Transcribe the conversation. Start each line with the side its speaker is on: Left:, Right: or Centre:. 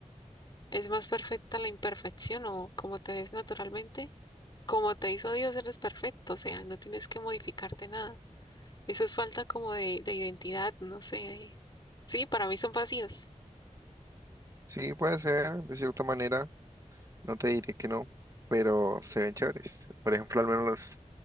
Left: ¿Es más perfecta la imperfección o como te ves naturalmente? Como te hizo Dios, eres perfecto, o sea, no tienes que modificarte nada. Eso es falta como de, de identidad, no sé. de- Sí, para mí son vacíos.
Right: Sí, puede ser, de cierta manera, no te diré que no, pero se ven chéveres. Por ejemplo, al menos